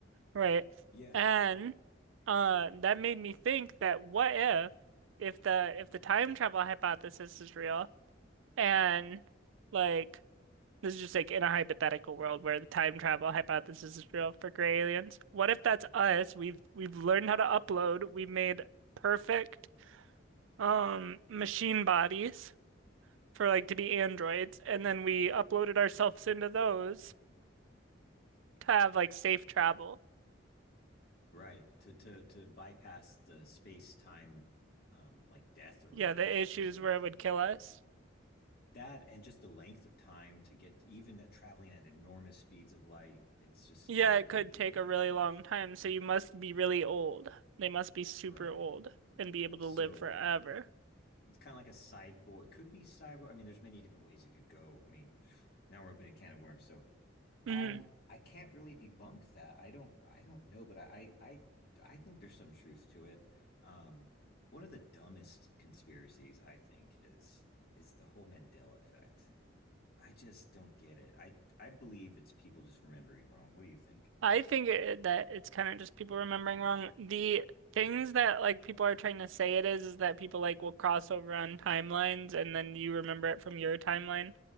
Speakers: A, on the right; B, on the left.
A: right?
B: Yeah,
A: And uh, that made me think that what if if the if the time travel hypothesis is real and like this is just like in a hypothetical world where the time travel hypothesis is real for gray aliens. What if that's us? We've we've learned how to upload. We've made perfect um machine bodies for like to be androids, and then we uploaded ourselves into those to have like safe travel.
B: right. To to to bypass the space time um like death or
A: Yeah,
B: whatever
A: the
B: but
A: issues
B: just because the
A: where it
B: the
A: would kill us.
B: that and just the length of time to get to, even at traveling at enormous speeds of light, it's just still
A: Yeah, it
B: gonna
A: could
B: you're
A: take
B: gonna
A: a
B: age
A: really long
B: and
A: time, so
B: yeah,
A: you must be really old. They must be super
B: right.
A: old and be able
B: So
A: to live forever.
B: it's kind of like a cyborg. It could be cyborg. I mean, there's many different ways it could go. I mean, now we're opening a can of worms. So
A: Mhm.
B: um I can't really debunk that. I don't I don't know, but I I I think there's some truth to it. Um one of the dumbest conspiracies I think is is the whole Mandela effect. I just don't get it. I I believe it's people just remembering wrong. What do you think?
A: I think it, that it's kind of just people remembering wrong. The things that like people are trying to say it is is that people like will cross over on timelines and then you remember it from your timeline.